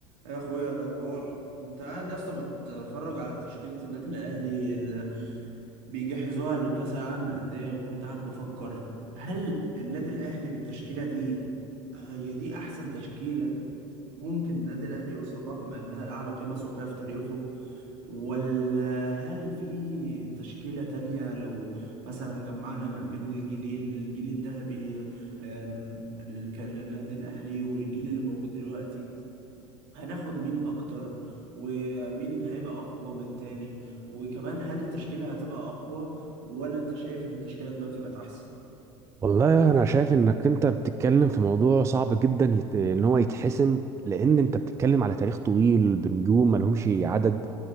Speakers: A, on the right; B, on the right.
A: يا اخويا إيه الاخبار كنت قاعد يا اسطى بتفرج على تشكيله النادي الاهلي اللي بيجهزوها لكاس العالم للانديه وكنت قاعد بفكر هل النادي الاهلي بالتشكيله دي هي دي احسن تشكيله ممكن النادي الاهلي يوصل لها بما انها الاعلى قيمه سوقيه في تاريخه ولا هل في تشكيله تانية لو مثلا جمعنا ما بين الجيلين الجيل الذهبي أم، للك- للنادي الاهلي والجيل اللي موجود دلوقتي هناخد مين اكتر ومين هيبقى اقوى من التاني وكمان هل التشكيلة هتبقى اقوى ولا انت شايف ان التشكيلة دلوقتي بقت احسن
B: والله انا شايف انك انت بتتكلم في موضوع صعب جدا يت... ان هو يتحسم لان انت بتتكلم على تاريخ طويل بنجوم ملهمش عدد